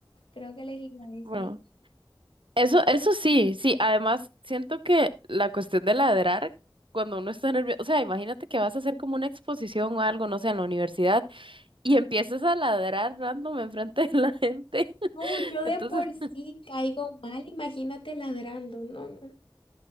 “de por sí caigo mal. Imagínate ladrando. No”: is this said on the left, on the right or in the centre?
Left